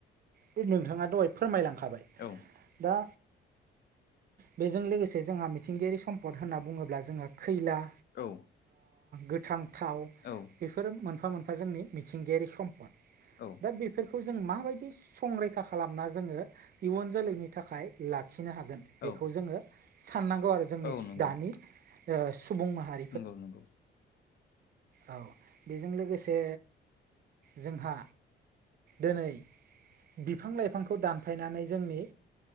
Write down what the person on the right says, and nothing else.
बे नोंथाङा दहाय फोरमायलांखाबाय
दा बेजों लोगोसे जोंहा मिथिंगायारि सम्पद होनना बुङोब्ला जोंहा खैला
गोथां थाव
बेफोरो मोनफा मोनफा जोंनि मिथिंगायारि सम्पद
दा बेफोरखौ जों माबायदि संरैखा खालामना जोङो इयुन जोलैनि थाखाय लाखिनो हागोन बेखौ
जोङो साननांगौ आरो जोंनि
दानि सुबुं माहारि
औ बेजों लोगोसे जोंहा दिनै बिफां लाइफांखौ दानफायनानै जोंनि